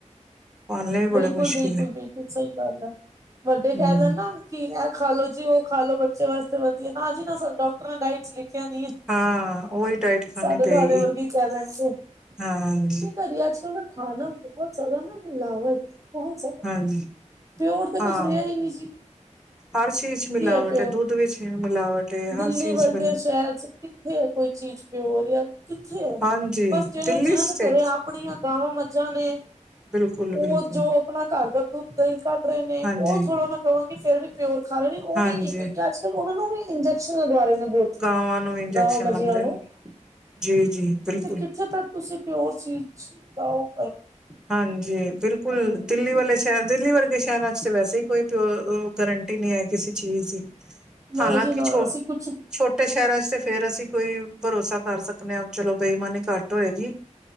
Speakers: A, in the centre; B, on the right.
A: ਪਾਲਣੇ ਵੀ
B: ਬਿਲਕੁਲ-
A: ਬੜੇ ਮੁਸ਼ਕਿਲ
B: ਬਿਲਕੁਲ-
A: ਹੈ
B: ਬਿਲਕੁਲ, ਸਹੀ ਗੱਲ ਆ ਵੱਡੇ ਕਹਿ
A: ਹਮ
B: ਦੇਣ ਨਾ ਕਿ ਇਹ ਖਾ ਲਓ ਜੀ ਉਹ ਖਾਲੋ ਬੱਚੇ ਵਾਸਤੇ, ਵਧੀਆ ਨਾ ਜੀ ਨਾ ਡਾਕਟਰ ਨੇ ਡਾਇਟ 'ਚ ਲਿਖ। ਬਚਿਆ ਦੀ
A: ਹਾਂ ਉਹੀ ਡਾਇਟ ਖਾਣੀ
B: ਅਸਾਡੇ
A: ਪਏਗੀ
B: ਤੁਹਾਡੇ ਵਰਗੇ ਕਹਿ ਦੇਣਗੇ।
A: ਹਾਂਜੀ
B: ਕੀ ਕਰੀਏ ਜ ਅੱਜ ਕਲ ਦਾ ਖਾਣਾ, ਬਹੁਤ ਜ਼ਿਆਦਾ ਨਾ ਮਿਲਾਵਟ। ਬਹੁਤ ਜਿਆਦਾ
A: ਹਾਂਜੀ
B: ਪਿਓਰ ਤੇ ਕੁਛ
A: ਹਾਂ
B: ਰਿਹਾ ਹੀ ਨਹੀਂ ਜੀ।
A: ਹਰ ਚੀਜ਼
B: ਕੀ
A: 'ਚ ਮਿਲਾਵਟ
B: ਪਿਓਰ
A: ਹੈ, ਦੁੱਧ ਵਿੱਚ ਮਿਲਾਵਟ ਹੈ,
B: ਦਿੱਲੀ
A: ਹਰ ਚੀਜ਼
B: ਵਰਗੇ
A: 'ਚ ਮਿਲਾਵਟ।
B: ਸ਼ਹਿਰ ਚ ਕਿੱਥੇ ਹੈ ਕੋਈ ਚੀਜ਼ ਪਿਓਰ ਆ ਕਿੱਥੇ ਹੈ
A: ਹਾਂਜੀ
B: ਬਸ ਜਿਹੜੇ
A: ਦਿੱਲੀ
B: ਜਿਹਨਾਂ
A: ਸਟੇਟ
B: ਦੇ ਘਰੇ ਆਪਣੀਆਂ ਗਾਵਾਂ ਮੱਝਾਂ ਨੇ।
A: ਬਿਲਕੁਲ। ਬਿਲਕੁਲ
B: ਉਹ ਜੋ ਆਪਣਾ ਘਰ ਦਾ ਦੁੱਧ ਦਹੀਂ ਕੱਢ ਰਹੇ ਨੇ,
A: ਹਾਂਜੀ
B: ਉਹ ਥੋੜ੍ਹਾ ਮੈਂ ਕਵਾਂਗੀ ਫਿਰ ਵੀ ਪਿਓਰ ਖਾ ਰਹੇ ਨੇ, ਉਹ
A: ਹਾਂਜੀ
B: ਵੀ ਨਹੀਂ ਕਿਉਂਕਿ ਅੱਜ। ਚਲੋ ਉਹਨਾਂ ਨੂੰ ਵੀ ਇੰਜਕਸ਼ਨ ਲਗਵਾ ਰਹੇ ਨੇ ਬਹੁਤ
A: ਗਾਵਾਂ ਨੂੰ ਇੰਜੈਕਸ਼ਨ
B: ਗਾਵਾਂ ਮੱਝੀਆਂ
A: ਲੱਗ ਰਹੇ
B: ਨੂੰ
A: ਨੇ। ਜੀ ਜੀ ਬਿਲਕੁਲ
B: ਤੇ ਕਿੱਥੇ ਤੱਕ ਤੁਸੀਂ। ਫੇਰ ਹੋਰ ਚੀਜ਼ ਚ ਲਓ।
A: ਹਾਂਜੀ ਬਿਲਕੁਲ। ਕੁਲ ਦਿੱਲੀ ਵਾਲੇ ਸ਼ਹਿਰ ਦਿੱਲੀ ਵਰਗੇ ਸ਼ਹਿਰਾਂ 'ਚ ਤਾਂ ਵੈਸੇ ਹੀ ਕੋਈ ਪਿਓਰ ਗਰੰਟੀ ਨਹੀਂ ਹੈ, ਕਿਸੇ ਚੀਜ਼ ਦੀ।
B: ਨਾ
A: ਹਾਲਾਂਕਿ
B: ਜੀ ਨਾ
A: ਛੋ
B: ਅਸੀਂ ਕੁਛ
A: -ਛੋਟ। ਤੇ ਸ਼ਹਿਰਾਂ ਚ ਤੇ ਫੇਰ ਅਸੀਂ ਕੋਈ ਭਰੋਸਾ ਕਰ ਸਕਦੇ ਹਾਂ, ਚਲੋ ਬੇਈਮਾਨੀ ਘੱਟ ਹੋਏਗੀ।